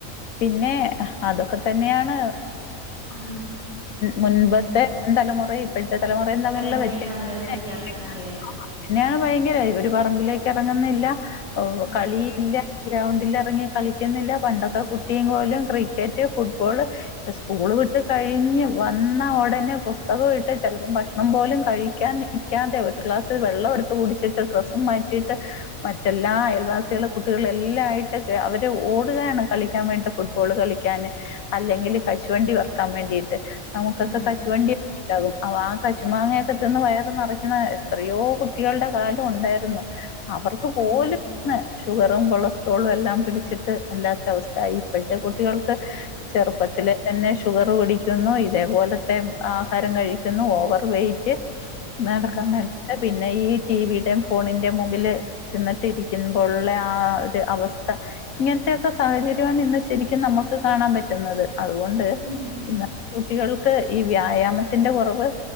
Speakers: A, on the left; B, on the right.
A: പിന്നെ അതൊക്കെ തന്നെയാണ്ൻ
B: ഉം
A: മുൻപത്തെ
B: ഉം
A: തലമുറ ഇപ്പോഴ തലമുറയും തമ്മിലുള്ള
B: തലമുറയും
A: വ്യത്ന്നെയാണ്
B: തമ്മിലുള്ള വ്യത്യാസം അതെ അതെ
A: ഭയങ്കര ഒരു പറമ്പിലേ ഇറങ്ങുന്നില്ല
B: ആ
A: കളി ഇല്ല ഗ്രൗണ്ടിൽിറങ്ങി കളിക്കുന്നില്ല പണ്ടൊക്കെ കുട്ടിയും പോലും ക്രിക്കറ്റ് ഫുട്ബോൾ സ്കൂള് വിട്ട് കഴിഞ്ഞ് വന്ന ഉടനെ പുസ്തകം ഇട്ട് ചിലപ്പോം ഭക്ഷണം പോലും കഴിക്കാൻ നിൽിക്കാതെ ഒരു ക്ലാസ് വെള്ളം എടുത്ത് കുൂടിച്ചിട്ട് ഡ്രസ്സും മാറ്റിയിട്ട് മറ്റെല്ലാ അയൽവാസികള കുട്ടികള എല്ലാംായിയിട്ട് അവര് ഓടുകയാണ് കളിക്കാൻ വേണ്ടിട്ട് ഫുട്ബോൾ കളിക്കാൻ അല്ലെങ്കിൽ കശുവണ്ടി വറുക്കാൻ വേണ്ടിട്ട് നമക്കൊക്കെ
B: ഉം
A: കശുവണ്ടി ഉാകും അൊ ആ കശുമാങ്ങയൊക്കെ തിന്ന് വയർ നിറയ്ക്കുന്ന എത്രയോ കുട്ടികളുടെ കാലം ഉണ്ടായിരുന്നു അവർക്ക് പോലും
B: ഉം
A: ഇന്ന് ഷുഗറും കൊളസ്ട്രോളും എല്ലാം പിടിച്ചിട്ട് അല്ലാത്ത അവസ്ഥയ ഇപ്പോഴത്തെ കുട്ടികൾക്ക് ചെറുപ്പത്തിലെ തന്നെ ഷുഗർ പിടിക്കുന്നു ഇതേപോലത്തെ ആഹാരം കഴിക്കുന്നു ഓവർ വെയിറ്റ് നടക്കാൻ
B: ഉം
A: പിന്നെ ഈ ടിവിയുടെയും ഫോണിന്റെ മുമ്പില് ന്നിട്ട ഇരിക്കുമ്പോള്ള ആ ഒരു അവസ്ഥ ഇങ്ങനത്തെൊക്കെ സാഹചര്യമാണ് ഇന്ന് ശരിക്കും നമ്മൾ ന കാണാൻ പറ്റുന്നത് അതുകൊണ്ട്
B: ഉം
A: പിന്ന കുട്ടികൾക്ക് ഈ വ്യായാമത്തിന്റെ കുറവ്